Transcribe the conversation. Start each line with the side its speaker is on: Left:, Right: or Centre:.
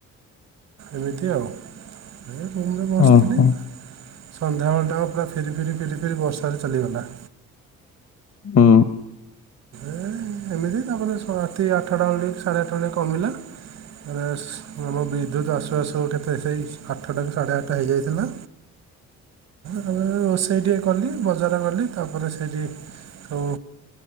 Right: ଏମିତି ଆଉ। ଏ ରୁମରେ ବସିଥିଲି।
Left: ହୁଁ ହୁଁ
Right: ସନ୍ଧ୍ୟାବେଳଟା ପୁରା ଫିରି ଫିରି ଫିରି ଫିରି ବର୍ଷା ରେ ଚାଲିଗଲା।
Left: ହୁଁ।
Right: ଏ ଏମିତି। ତାପରେ ରାତି ଆଠଟା ବେଳେ ସାଢ଼େ ଆଠଟା ବେଳେ କମିଲା ଆମ ବିଦ୍ୟୁତ ଆସୁ ଆସୁ କେତେ ସେଇ ଆଠଟାରୁ ସାଢ଼େ ଆଠଟା ହେଇଯାଇଥିଲା। ହଁ ରୋଷେଇ ଟିକେ କଲି। ବଜାର ଗଲି ତାପରେ ସେଇଠି ହଉ।